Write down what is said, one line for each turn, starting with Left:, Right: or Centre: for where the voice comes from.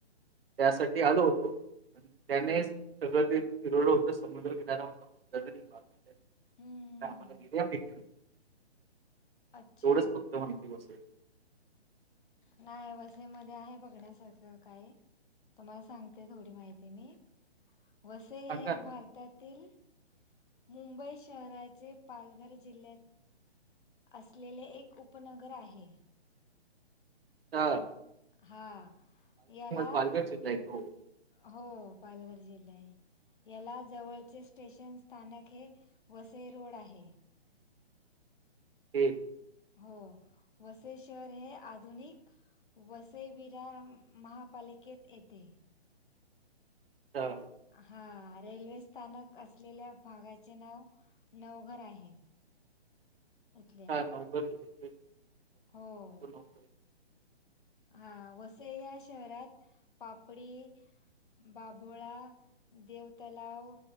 Right: त्यासाठी आलो होतो. त्यानेच सगळं ते फिरवल होतं समुद्र किनारा हो ख बा <unintelligible>
Left: हम्म
Right: आम्हाला
Left: हम्म
Right: दिल्यापैेने <unintelligible>
Left: अच्छा
Right: तेवढच फक्त माहिती बसेल <unintelligible>
Left: नाही वसई मध्ये आहे बघण्यासारखं काय? तुम्हाला सांगते थोडी माहिती मी वसई
Right: सांगा
Left: हे
Right: ना.
Left: भारता तातील मुंबई शहराचे पालघर जिल्ह्यात असलेले एक उपनगर आहे.
Right: हा
Left: हा याला
Right: पालघर जिल्हा येतो
Left: हो पालघर जिल्हा आहे. याला जवळचे स्टेशन स्थानक हे वसई रोड आहे.
Right: हे
Left: हो वसई शहर हे आधुनिक वसई विरार महापालिकेत येते.
Right: हा
Left: हा रेल्वे स्थानक असलेल्या भागाचे नाव नवघर आहे. इथल्या
Right: का नवकरतो
Left: हो
Right: <inaudible>
Left: हा वसई या शहरात पापडी बाभोळा देव तलाव,